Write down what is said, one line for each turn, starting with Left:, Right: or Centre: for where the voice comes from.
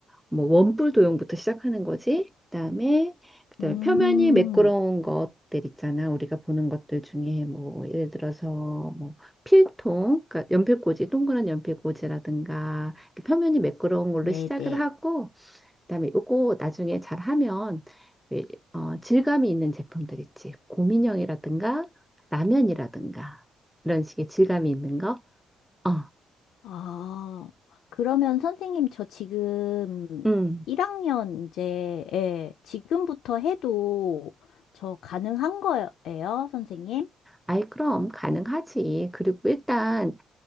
Centre: 뭐 원뿔 도형부터 시작하는 거지. 그다음에, 그다음에
Left: 음,
Centre: 표면이 매끄러운 것들 있잖아. 우리가 보는 것들 중에 뭐, 예를 들어서 뭐, 필통, 그러니까 연필꽂이, 동그란 연필꽂이라든가, 이렇게 표면이 매끄러운 걸로
Left: 네,
Centre: 시작을
Left: 네.
Centre: 하고, 그다음에 요거 나중에 잘 하면 왜, 어, 질감이 있는 제품들 있지. 곰인형이라든가 라면이라든가 이런 식의 질감이 있는 거. 어,
Left: 아, 그러면 선생님, 저 지금
Centre: 음.
Left: 1학년 이제, 예, 지금부터 해도 저 가능한 거예요, 선생님?
Centre: 아이 그럼 가능하지. 그리고 일단